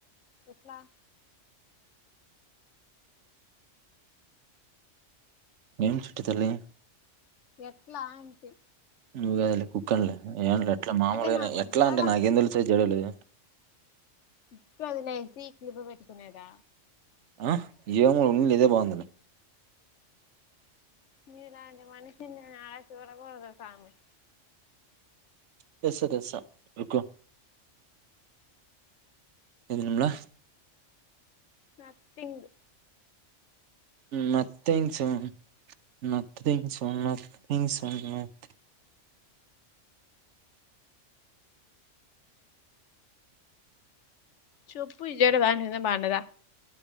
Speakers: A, on the left (about 70°); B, on the right (about 70°).
A: ఎట్లా
B: ఏం చిటితల్లి
A: ఎట్లా అంటే
B: నిన్ను కాదు లే కుక్క లే <unintelligible> ఇట్లా మామలుగా
A: అదే నాకు
B: ఎలా
A: జడ
B: అంటే నాకేం తెలుసు అయితే జడ లేద
A: <unintelligible> వదిలేసి క్లిబ పెట్టుకునేదా
B: ఆ ఏమో <unintelligible> బాగుందిలే
A: నీలాంటి మనిషిని నేను యాడ చూడలేదు స్వామి
B: తెస్సా తెస్సా మీకు ఎం తింలే
A: nothing
B: nothings nothings so much nothings so much
A: చెప్పు <unintelligible> పండగా